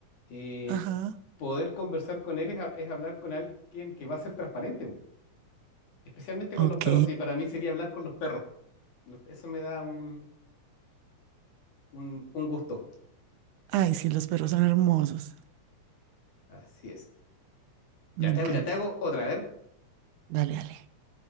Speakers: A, on the left (about 70°); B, on the right (about 80°).
A: eh,
B: Ajá,
A: poder conversar con él es, ha- es hablar con alguien que va a ser transparente, especialmente con
B: ok.
A: los perros, y para mí sería hablar con los perros. Los- Eso me da un, un, un gusto.
B: Ay, sí, los perros son hermosos.
A: Así es.
B: Me
A: Ya te
B: encantan.
A: hago, mira, te hago otra, a ver.
B: Dale, dale.